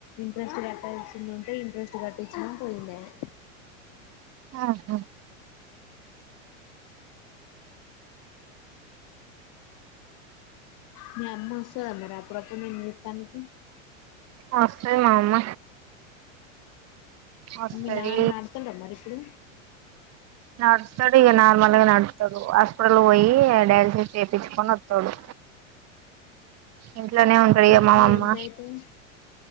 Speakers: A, on the left (about 50°); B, on the right (about 40°).
A: ఇంట్రెస్ట్ కట్టాల్సింది ఉంటే ఇంట్రెస్ట్ కట్టించిన పోయింది ఆయన
B: ఆహా
A: మీ అమ్మ వస్తుదా మరి అప్పుడప్పుడు నేను నీత్తానికి
B: ఆ సే మా అమ్మ వస్తది
A: మీ నాన్న అడుతండ మరి ఇప్పుడు
B: నడుతాడు ఇక నార్మల్గా నడుతాడు హాస్పిటల్ పోయి డయాలసిస్ చేయించుకొని వస్తాడు ఇంట్లోనే
A: అవునా
B: ఉండపగామ్మామమ్మ
A: వీక్లీ ఎంత అయితది